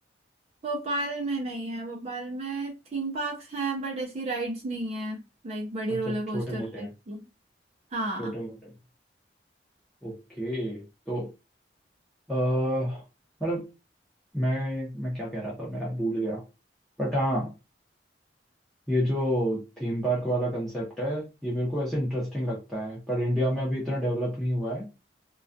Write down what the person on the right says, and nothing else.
भोपाल में नहीं है भोपाल में थीम पार्क्स हैं बट ऐसी राइड्स नहीं है लाइक बड़ी
रोलर कोस्टर
टाइप
की हाँ